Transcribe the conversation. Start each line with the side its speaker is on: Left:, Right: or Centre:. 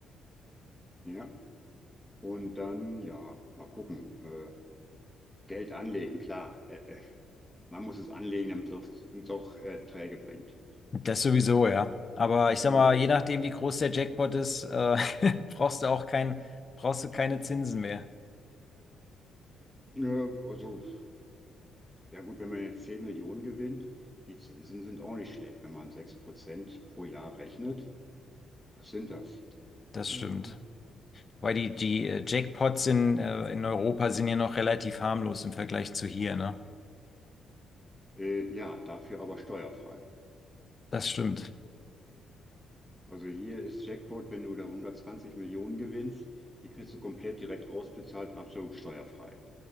Centre: Ja. Und dann, ja, mal gucken. Äh, Geld anlegen, klar. Äh, äh, man muss es anlegen, damit es auch, damit es auch äh, Träge bringt.
Left: Das sowieso, ja. Aber ich
Centre: Mhm.
Left: sag mal, je nachdem, wie groß der Jackpot ist, äh, <laughs> brauchst du auch kein, brauchst du keine Zinsen mehr.
Centre: Ja, also, ja gut, wenn man jetzt 10 Millionen gewinnt, die Zinsen sind auch nicht schlecht. Wenn man 6% pro Jahr rechnet, was sind das?
Left: Das
Centre: Äh,
Left: stimmt. Weil die, die äh, Jackpots in, äh, in Europa sind ja noch relativ harmlos im Vergleich zu hier, ne?
Centre: äh, ja, dafür aber steuerfrei.
Left: Das stimmt.
Centre: Also hier ist Jackpot, wenn du da 120 Millionen gewinnst, die kriegst du komplett direkt ausbezahlt, absolut steuerfrei.